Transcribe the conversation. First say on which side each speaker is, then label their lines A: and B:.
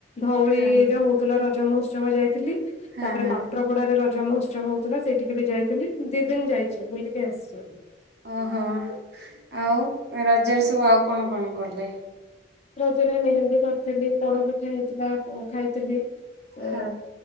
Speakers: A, on the left; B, on the right.
A: ଧଉଳିରେ
B: ହଁ
A: ହଉଥିଲା ର ରଜ ମହୋତ୍ସବ ଯାଇଥିଲି। ତାପରେ
B: ହଁ ହଁ
A: ପାତ୍ର ପଡାରେ ର ରଜ ମହୋତ୍ସବ ହଉଥିଲା ସେଇଠିକି ବି ଯାଇଥିଲି ଦି ଦିନ ଯାଇଛି ବୁଲିକି ଆସଛି।
B: ଓହୋ। ଆଉ ରଜରେ ସବୁ ଆଉ କଣ କଣ କଲେ?
A: ରଜରେ ମେହେନ୍ଦୀ କରଥିଲି, ପୋଡ ପିଠା ହେଇଥିଲା ଖାଇଥିଲି। ଅ
B: ହଁ